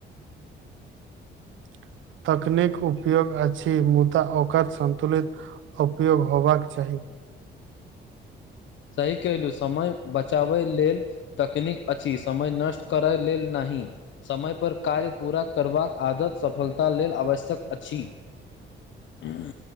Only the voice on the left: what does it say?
सही कलहुँ समय बचाबय लेल तकनीक अछि समय नष्ट करय लेल नहि समय पर कार्य पूरा करबाक आदत सफलता लेल आवश्यक अछिं हुंम